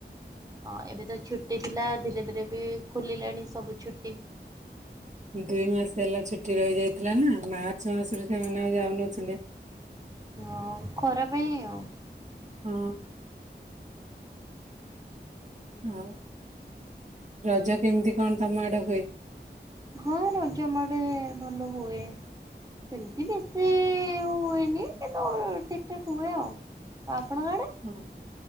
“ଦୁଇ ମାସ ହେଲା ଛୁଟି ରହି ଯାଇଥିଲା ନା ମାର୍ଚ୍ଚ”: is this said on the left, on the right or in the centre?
Right